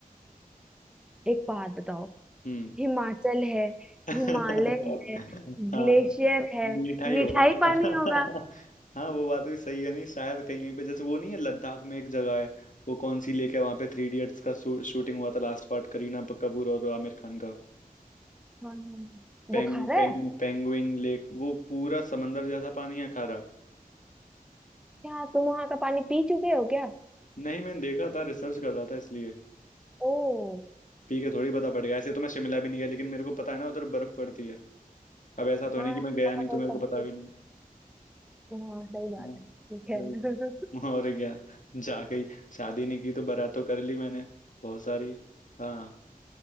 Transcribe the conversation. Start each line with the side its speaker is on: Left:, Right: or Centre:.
Centre: एक बात बताओ
Left: हम्म
Centre: हिमाचल है
Left: <laughs>
Centre: हिमालय
Left: हाँ
Centre: है ग्लेशियर है
Left: मीठा ही
Centre: मिठाई
Left: होगा
Centre: पानी
Left: <laughs>
Centre: होगा
Left: हाँ वो बात भी सही है नहीं शायद कहीं कहीं पे जैसे वो नहीं है लद्दाख में एक जगह है वो कौन सी लेक है वहां पे थ्री इडियट्स का शूटिंग हुआ था लास्ट पार्ट करीना कपूर और आमिर खान का
Centre: हाँ हाँ, वो
Left: पेंग
Centre: खा रहा
Left: पेंग
Centre: है
Left: पेंगुइन लेक वो पूरा समंदर जैसा पानी है खारा
Centre: क्या तुम वहां का पानी पी चुके हो क्या
Left: नहीं मैंने देखा था रिसर्च कर रहा था इसलिए
Centre: ओ
Left: पी के थोड़ी पता पड़ गया ऐसे तो मैं शिमला भी नहीं गया लेकिन मेरे को पता है ना उधर बर्फ पड़ती है अब ऐसा तो
Centre: हाँ
Left: है नहीं कि
Centre: है,
Left: मैं गया नहीं तो
Centre: है,
Left: मेरे
Centre: पता
Left: को पता
Centre: है।
Left: भी नहीं
Centre: हाँ सही बात
Left: हाँ।
Centre: है ठीक है
Left: वही तो
Centre: <laughs>
Left: और क्या जा गई शादी नहीं की तो बारात तो कर ली मैंने बहुत सारी हाँ